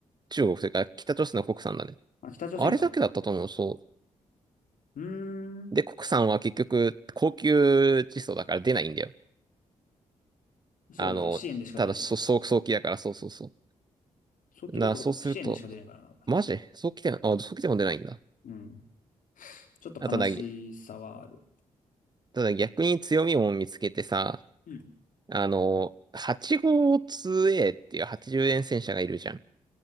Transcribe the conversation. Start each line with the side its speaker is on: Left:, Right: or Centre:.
Right: 中国というか、北朝鮮の国産だね。
Left: あ、北朝鮮か。
Right: あれだけだったと思う、そ
Left: うーん。
Right: う。で、国産は結局、高級窒素だから出ないんだよ。
Left: そうだね。
Right: あの、
Left: 支援でしか出ないよ、
Right: ただ、そ、
Left: こいつ。
Right: そう、早期だから、そうそうそ
Left: 早期どころかもう支援でしか出ないからな、
Right: う。な、そうすると、
Left: 俺
Right: マジ早期で、あ、早期でも出ないんだ。
Left: うん。ちょっと悲しさはある。
Right: あ、ただ、ただ逆に強みも見つけてさ、
Left: うん。
Right: あの、8号 2A っていう80円戦車がいるじゃん。